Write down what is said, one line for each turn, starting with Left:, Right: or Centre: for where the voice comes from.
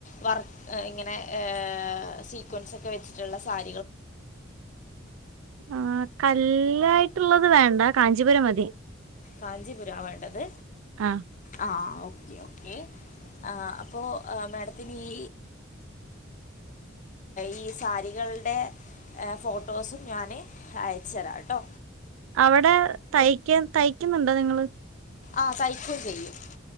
Left: വർക്ക് ഇങ്ങനെ ഏഹ് സീക്വൻസൊക്കെ വെച്ചിട്ടുള്ള സാ-
Right: ആ കല്ലായിട്ടുള്ളത് വേണ്ട കാഞ്ചീപുരം മതി
Left: കാഞ്ചീപുര വേണ്ടത്
Right: ആ
Left: ആഹ് ഒ കെ ഒ കെ ആ അപ്പൊ മാഡത്തി ഈ ഈ സാരികളുടെ ഫോട്ടോസും ഞാന് അയച്ചു തരാട്ടോ
Right: അവിടെ തയ്ക്ക ത ക്കുന്നുണ്ടോ നിങ്ങള്
Left: ആ തൈക്കോ ചെയ്യും.